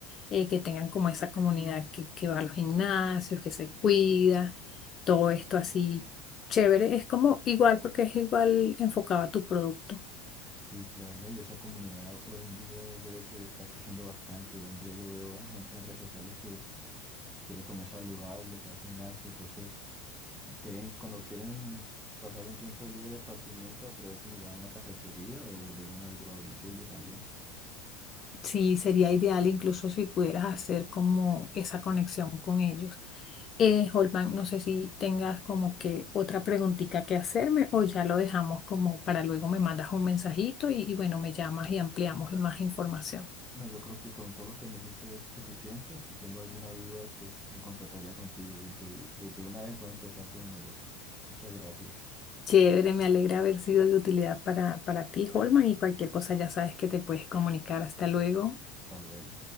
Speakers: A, on the left; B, in the centre.
A: eh, que tengan como esa comunidad que, que va a los gimnasios, que se cuida, todo esto así chévere, es como igual porque es igual enfocado a tu producto.
B: Sí, claro, ¿no? Y esa comunidad hoy en día veo que está creciendo bastante. Hoy en día yo veo a gente en redes sociales que quiere comer saludable, que va al gimnasio. Entonces, quieren, cuando quieren pasar un tiempo libre de esparcimiento, aprovechan y van a una cafetería o ordenan algo a domicilio también.
A: Sí, sería ideal incluso si pudieras hacer como esa conexión con ellos. Eh, Holman, no sé si tengas como que otra preguntita que hacerme o ya lo dejamos como para luego me mandas un mensajito y, y bueno, me llamas y ampliamos en más información.
B: No, yo creo que con todo lo que me dijiste es suficiente. Si tengo alguna duda, pues me contactaría contigo. Desde, desde una vez voy a empezar con el negocio. Muchas gracias.
A: Chévere, me alegra haber sido de utilidad para, para ti, Holman, y cualquier cosa ya sabes que te puedes comunicar. Hasta luego.
B: Hasta luego.